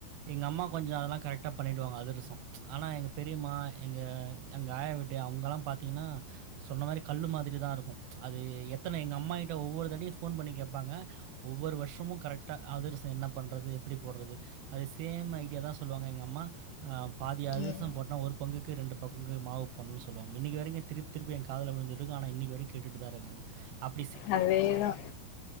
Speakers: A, on the right; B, on the left.
A: எங்க அம்மா கொஞ்சோ அதெல்லா கரெக்ட்டா பண்ணிட்டுவாங்க அதர்சோ ஆனால் எங்கள் பெரியம்மா எங்க எங்க ஆயா வீட்டு அவுங்கெல்லா பாத்தீங்ன்னா சொன்ன மாதிரி கல்லு மாதிரி தா இருக்கு அது எத்தனை எங்க அம்மா ஒரு தடிய ஃபோன் பண்ணி கேட்பாங்க ஒவ்வொரு வருஷமு கரெக்டா அதுரசசோ என்ன பண்ணுறது எப்டி போடுறது அதே சேம் ஐடியா தா சொல்லுவாங்க எங்க அம்மா ஆ பாதி அதிரசோ
B: ம்
A: போட்ட ஒரு பங்குக் க்கு ரெண்டு பங்கு மாவு போட்னு சொல்வாங்க இன்னிக்கு வரைக்கு திருப்பி திருப்பி என் கால்ல விழுந்துட்டுருக் அனா இன்னிக்கு வரைக்கு கேட்டுட்டுதா இருக்கே அப்
B: அதே தா